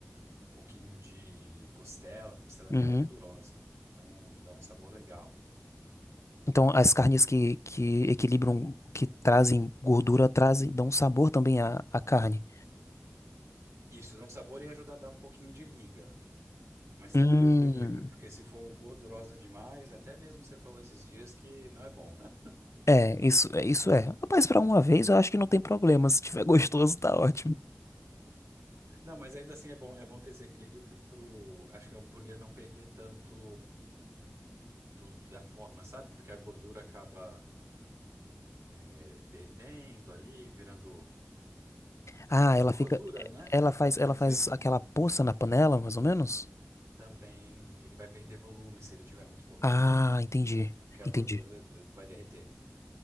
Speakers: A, on the right; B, on the left.
A: um pouquinho de costela. Costela é
B: Uhum.
A: bem gordurosa, então dá um sabor legal.
B: Então, as carnes que, que equilibram, que trazem gordura, trazem, dão sabor também à, à carne.
A: Isso, dá um sabor e ajuda a dar um pouquinho de liga. Mas tem
B: Hum.
A: que ter um equilíbrio, porque se for gordurosa demais, até mesmo você falou esses dias que não é bom, né?
B: É, isso, é, isso é. Rapaz, pra uma vez eu acho que não tem problema. Se tiver <laughs> gostoso, tá ótimo.
A: Não, mas ainda assim é bom, é bom ter esse equilíbrio pro, pro- acho que o hambúrguer não perder tanto do- da forma, sabe? Porque a gordura acaba é, derretendo ali, virando,
B: Ah,
A: virando
B: ela
A: gordura,
B: fica.
A: né?
B: Ela faz,
A: E
B: ela
A: isso
B: faz
A: aí
B: aquela poça na panela, mais ou menos?
A: também, ele vai perder volume se ele tiver muito gordura.
B: Ah, entendi.
A: que a
B: Entendi.
A: gordura eh, vai derreter.